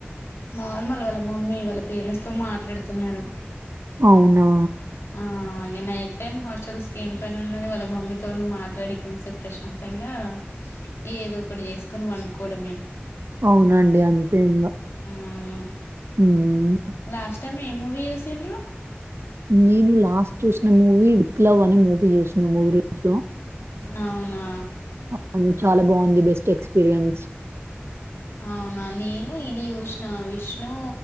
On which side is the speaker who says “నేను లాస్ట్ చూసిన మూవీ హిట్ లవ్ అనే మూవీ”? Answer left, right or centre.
Right